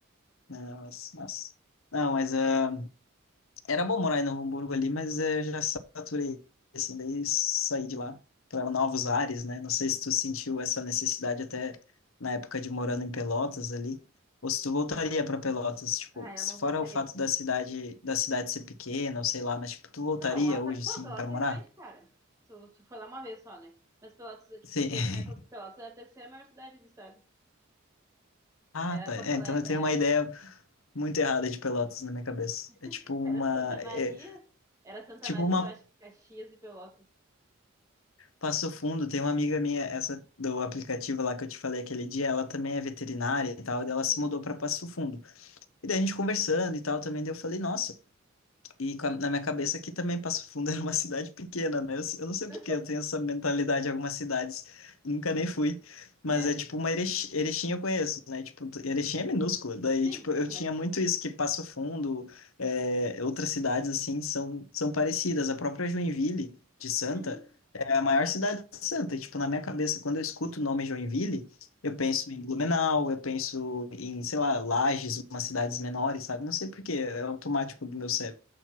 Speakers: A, on the left; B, on the right.
A: Não, mas, mas- não, mas ah, era bom morar em Novo Hamburgo ali, mas eh, eu já saturei, assim, daí saí de lá para novos ares, né? Não sei se tu sentiu essa necessidade até na época de morando em Pelotas ali, ou se tu voltaria para Pelotas, tipo,
B: Ah, eu
A: se
B: não
A: fora
B: voltaria.
A: o fato da cidade da cidade ser pequena, ou sei lá, mas tipo, tu voltaria
B: Não, a...
A: hoje,
B: pô,
A: sim,
B: Pelotas
A: para morar?
B: é grande, cara. Tu, tu foi lá uma vez só, né? Mas Pelotas, é, tipo,
A: Sim.
B: teve uma época
A: <laughs>
B: que Pelotas era a terceira maior cidade do estado.
A: Ah,
B: Era
A: tá.
B: Porto
A: É,
B: Alegre,
A: então eu tenho
B: era,
A: uma ideia muito errada de Pelotas na minha cabeça. É
B: <laughs>
A: tipo uma,
B: era Santa
A: é,
B: Maria, era Santa
A: tipo
B: Maria,
A: uma
B: eu acho que Caxias e Pelotas.
A: Passo Fundo, tem uma amiga minha, essa do aplicativo lá que eu te falei aquele dia, ela também é veterinária e tal, e daí ela
B: Uhum.
A: se mudou para Passo Fundo. E daí a gente conversando e tal também, daí eu falei, nossa, e com a- na minha cabeça aqui também Passo Fundo <laughs> era uma cidade pequena, né? Eu, s- eu não sei
B: <laughs>
A: por que eu tenho essa mentalidade em algumas cidades, nunca nem fui, mas
B: É,
A: é tipo uma Erechim, Erechim eu conheço, né? Tipo, Erechim é minúscula, daí
B: sim,
A: tipo,
B: sim,
A: eu tinha
B: mas.
A: muito isso, que Passo Fundo, é, outras cidades assim, são, são parecidas, a própria Joinville de Santa
B: Uhum.
A: é a maior cidade santa. E, tipo, na minha cabeça, quando eu escuto o nome Joinville, eu penso em Blumenau, eu penso em, sei lá, Lages, umas cidades menores, sabe? Não sei por quê, é automático do meu cérebro.